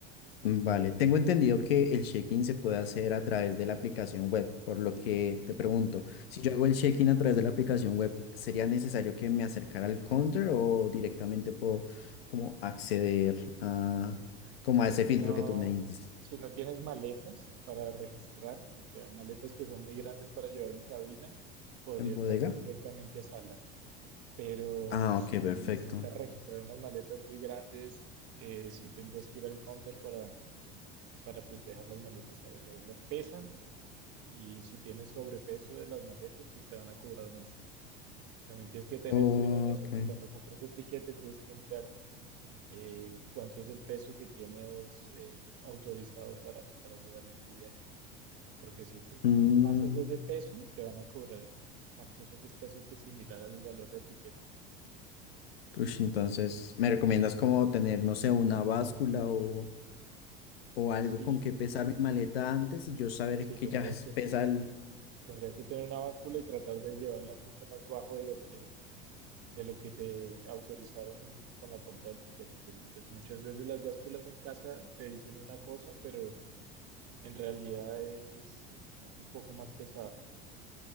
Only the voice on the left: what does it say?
Mm, Vale, tengo entendido que el check-in se puede hacer a través de la aplicación web, por lo que te pregunto, si yo hago el check-in a través de la aplicación web, ¿sería necesario que me acercara al counter o directamente puedo como acceder a como a ese
filtro
que tú me dices
en bodega?
Ah,
ok, perfecto.
Ok.
Mm,
ush, entonces, ¿me recomiendas como tener, no sé, una báscula o, o algo
con que pesar mi maleta antes y yo saber
que
ya <laughs>
pesa